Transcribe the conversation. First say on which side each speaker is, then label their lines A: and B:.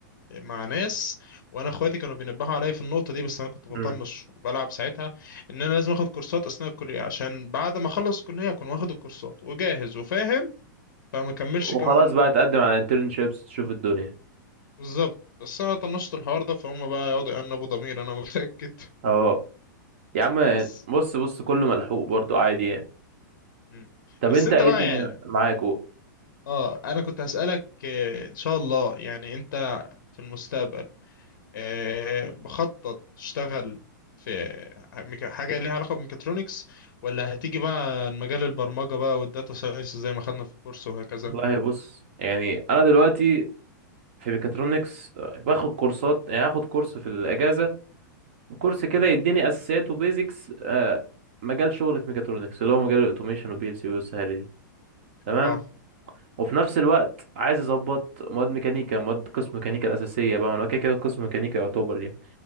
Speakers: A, on the left; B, on the right.
A: مع ناس وانا اخواتي كانوا بينبهوا عليا في النقطه دي بس انا كنت بطنش
B: امم
A: وبلعب ساعتها ان انا لازم اخد كورسات اثناء الكليه عشان بعد ما اخلص الكليه اكون واخد الكورسات وجاهز وفاهم فما كملش
B: وخلاص
A: كام
B: بقى تقدم على انترنشيبس تشوف الدنيا
A: بالظبط بس انا طنشت الحوار ده فهم بقى يقعدوا يأنبوا ضمير انا متأكد
B: اه يا
A: <laughs>
B: عم
A: بس
B: بص بص كله ملحوق برضو عادي يعني
A: مم.
B: طب
A: بس
B: انت
A: انت
B: ايه
A: بقى
B: الدنيا
A: يعني
B: معاك و-
A: اه انا كنت هسألك آه، ان شاء الله يعني انت في المستقبل آه، مخطط تشتغل في ميكا- حاجة ليها علاقة بميكاترونكس ولا هتيجي بقى المجال البرمجة بقى والداتا ساينس زي ما خدنا في الكورس وهكذا
B: والله بص يعني انا دلوقتي في ميكاترونكس آه، باخد كورسات يعني اخد كورس في الاجازه كورس كده
A: مم.
B: يديني اساسيات وبيزكس آه مجال شغل في ميكاترونكس اللي هو مجال الاوتوميشن وبي ال سي والسهاله دي تمام
A: اه
B: وفي نفس الوقت عايز اظبط مواد ميكانيكا مواد قسم ميكانيكا الاساسيه بقى ما انا كده كده قسم ميكانيكا يعتبر يعني.